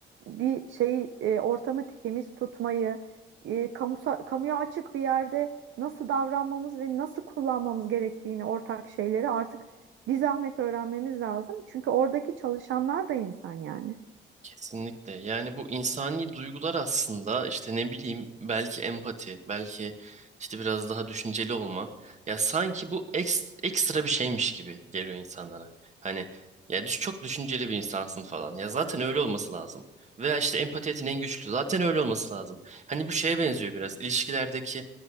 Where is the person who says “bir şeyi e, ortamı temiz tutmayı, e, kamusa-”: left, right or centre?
Right